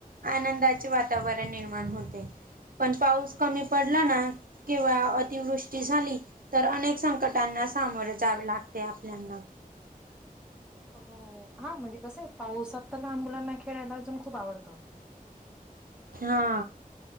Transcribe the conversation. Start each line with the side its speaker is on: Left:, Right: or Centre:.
Right: आनंदाचे वातावरण निर्माण होते पण पाऊस कमी पडला ना किंवा अतिवृष्टी झाली तर अनेक संकटांना सामोर जावे लागते आपल्याना
Centre: हो हा म्हणजे कसं आहे पाऊसात तर लहान मुलांना खेळायला अजून खूप आवडतं.
Right: हा